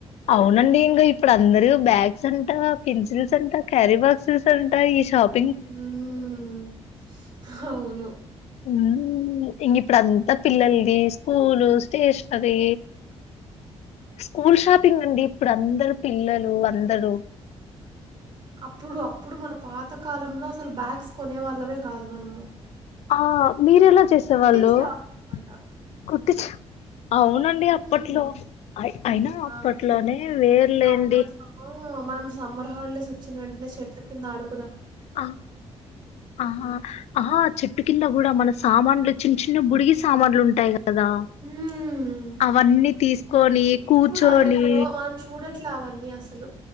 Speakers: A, on the left; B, on the right.
A: అవునండి ఇంకా ఇప్పుడు అందరూ బ్యాగ్ సెంటర్ ఆఫ్ పెన్సిల్స్ అంట క్యారీ బాక్సెస్ అంటా ఈ షాప్
B: హ్మ్ అవును
A: ఉ ఇంగి ఇప్పుడు అంతా పిల్లల్ స్కూలు, స్టేషనరి, స్కూల్ షాప్ చెప్పింగ్ అండి ఇప్పుడు అందరు పిల్లలు అందరూ
B: అప్పుడు, అప్పుడు మన పాత కాలంలో అసలు బ్యాగ్స్ కొనే వాళ్ళమే కాదు. మనము
A: ఆ మీరెలా చేసేవాళ్ళు
B: కుట్టించేవాళ్ళం
A: కు
B: అన్నమాట
A: కుట్టిచ్ఛా అవునండి.
B: మ్మ్.
A: అప్పట్లో అయినా
B: ఆ
A: అప్పట్లోనే వేర్లేండి.
B: అప్పట్లో మనం సమ్మర్ హాలిడేస్ వచ్చిన వెంటనే చెట్ల కింద ఆడు
A: ఆ ఆహా ఆహా చెట్టు కింద కూడా మనసు సామాన్లు చిన్న చిన్న బుడిగి సామాన్లు ఉంటాయి. కదా
B: మ్మ్.
A: అవన్నీ తీసుకొని
B: ఇప్పుడా
A: కూర్చొని
B: ఎక్కడో మనం చూడట్లే అవన్నీ అసలు